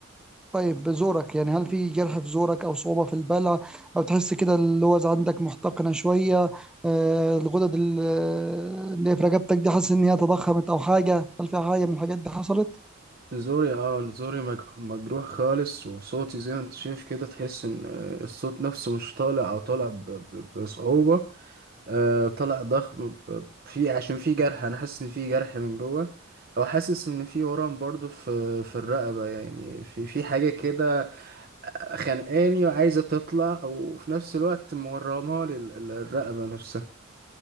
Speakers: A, in the centre; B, on the right.
A: طيب زورك يعني هل في جرح في زورك او صعوبة في البلع او تحس كده اللوز عندك محتقنة شوية آه، الغدد ال- آه، اللي في رقبتك دي حاسس ان هي تضخمت او حاجة هل في حاجة من الحاجات دي حصلت
B: نزوري اه نزوري مج- مجروح خالص وصوتي زي ما انت شايف كده تحس ان آه، الصوت نفسه مش طالع او طالع ب... ب... بصعوبة آه طلع ضخم ب- في عشان في جرح انا حاسس ان في جرح من جوه او حاسس ان في ورم برضو في في الرقبه يعني في في حاجه كده خانقاني وعايزه تطلع او في نفس الوقت مورمه لي ال- ال- الرقبه نفسها